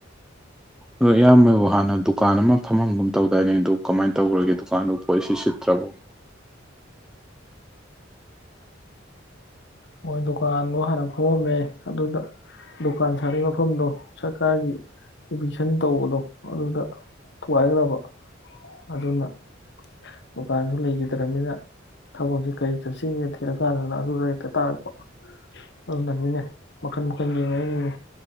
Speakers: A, in the centre; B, on the left.
A: ꯑꯣ ꯏꯌꯥꯝꯕꯕꯨ ꯍꯥꯟꯅ ꯗꯨꯀꯥꯟ ꯑꯃ ꯐꯝꯃꯝꯒꯨꯝ ꯇꯧꯗꯥꯏꯅꯦ ꯑꯗꯨ ꯀꯃꯥꯏꯅ ꯇꯧꯈ꯭ꯔꯒꯦ ꯗꯨꯀꯥꯟꯗꯨ ꯄꯣꯠꯁꯤ ꯁꯤꯠꯇ꯭ꯔꯕꯣ
B: ꯍꯣꯏ ꯗꯨꯀꯥꯟꯗꯣ ꯍꯥꯟꯅ ꯐꯣꯝꯃꯦ ꯑꯗꯨꯗ ꯗꯨꯀꯥꯟ ꯁꯥꯔꯤ ꯃꯐꯝꯗꯣ ꯁꯔꯀꯥꯔꯒꯤ ꯏꯚꯤꯛꯁꯟ ꯇꯧꯕꯗꯣ ꯑꯗꯨꯗ ꯊꯨꯒꯥꯏꯈ꯭ꯔꯕ ꯑꯗꯨꯅ ꯗꯨꯀꯥꯟꯁꯨ ꯂꯩꯈꯤꯗ꯭ꯔꯕꯅꯤꯅ ꯊꯕꯛꯁꯤ ꯀꯔꯤ ꯆꯠꯁꯤꯒꯦ ꯊꯤꯔꯀꯥꯟꯗ ꯑꯗꯨꯗ ꯍꯦꯛꯇ ꯇꯥꯔꯛꯄ ꯑꯗꯨꯅꯅꯤꯅꯦ ꯃꯈꯟ ꯃꯈꯟ ꯌꯦꯡꯉꯏꯉꯅꯦ